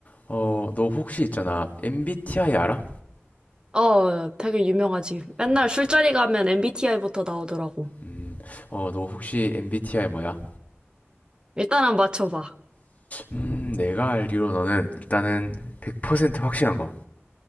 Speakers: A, on the left; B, on the right.
A: 어, 너 혹시 있잖아. MBTI 알아?
B: 어, 되게 유명하지. 맨날
A: 그렇지.
B: 술자리 가면 MBTI부터 나오더라고.
A: 음, 어, 너 혹시 MBTI 뭐야?
B: 일단은 맞춰봐.
A: 음, 내가 알기로 너는 일단은 100% 확실한 거.